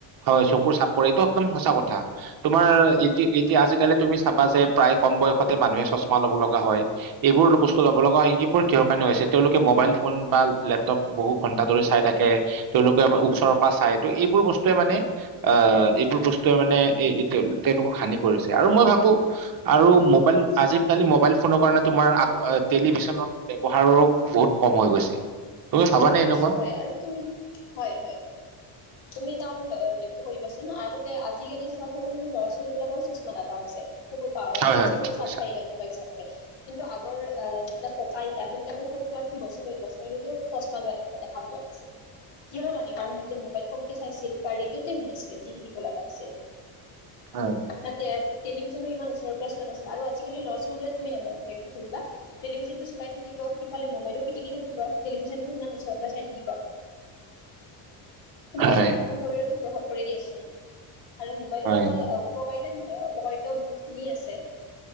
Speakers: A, on the right (about 45°); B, on the left (about 60°).
A: হয় চকুৰ চাপ কৰে এইটো একদম সঁচা কথা তোমাৰ এতি এতিয়া আজিকালি তুমি চাবা যে প্ৰায় কম বয়সতে মানুহে চশমা লব লগা হয় এইবোৰ বস্তু লব লগা হয় সেইবোৰ কিহৰ কাৰণে হৈছে তেওঁলোকে মোবাইল ফোন বা লেপটপ বহুত ঘন্টা ধৰি চাই থাকে, তেওঁলোকে ওচৰৰ পৰা চাই ত' এইবোৰ বস্তুৱে মানে, আঁহ এইবোৰ বস্তুৱে মানে তেওঁলোকক হানি কৰিছে। আৰু মই ভাবো আৰু মোবাইল আজিকালি মোবাইল ফোনৰ কাৰণে তোমাৰ টেলিভিছনৰ ব্যৱহাৰো বহুত কম হৈ গৈছেই। তুমি ভাবানে
B: কমি
A: এনেকুৱাই
B: গৈছে হয় আৰু তুমি হয় হয় তুমি এটা কথা লক্ষ্য কৰিবাচোন আগতে আজিকালি চোৱা সৰু সৰু ল'ৰা ছোৱালী বিলাকৰ চশমা লগা হৈছে চকুৰ পাৱাৰৰ
A: হয়
B: কাৰণে
A: হয়
B: চকুত
A: ঠিক
B: চাপ
A: কৈছা
B: পাই মোবাইল চাই কিন্তু আগৰ অঁ যিবিলাক ককা আইতা সেইবিলাকৰ সত্তৰ আশী বছৰলে বছৰেলৈকে চশমা লোৱা দেখা দেখা যোৱা নাছিল, মানে কাৰণ সিহঁতে মোবাইল কমকে চাইছিল বা ৰেডিঅ'তে শুনিছিলে যি শুনিব লগা আছিল
A: হয়
B: ন তাতে টেলিভিশনো ইমান ওচৰৰ পৰা চোৱা নাছিল আৰু আ আজিকালি লৰা ছোৱালী বিলাক লক্ষ্য কৰিবা টেলিভিশনটো চলাই থৈ দিব সিফালে মোবাইলটো পিটিকি থাকিব টেলিভিছন টো ইমান ওচৰ পৰা চাই থাকিব এনেকুৱা
A: হয়
B: হলে মানুহৰ শৰীৰতো প্ৰভাৱ পৰে দিয়াচোন আৰু মোবাইলৰ
A: হয়
B: অকল উপকাৰিত নহয় অপকাৰিতাওঁ বহুত খিনিয়ে আছে